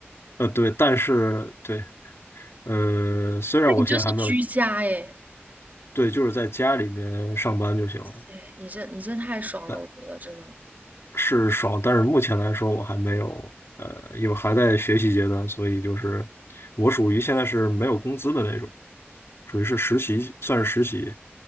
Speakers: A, on the left; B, on the right.
A: 呃，对，但是对，呃，虽然我现在还没有，
B: 那你就是居家哎，
A: 对，就是在家里面上班就行了，
B: 对，你这你这太爽了，
A: 那
B: 我觉得真的。
A: 是爽，但是目前来说我还没有，呃，因为还在学习阶段，所以就是我属于现在是没有工资的那种，属于是实习，算是实习，